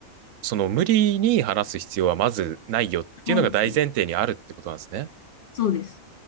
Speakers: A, on the right (about 70°); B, on the left (about 65°).
A: その無理に話す必要はまずないよっていうのが大前提にあるってことなんですね。
B: ないですね。そうです。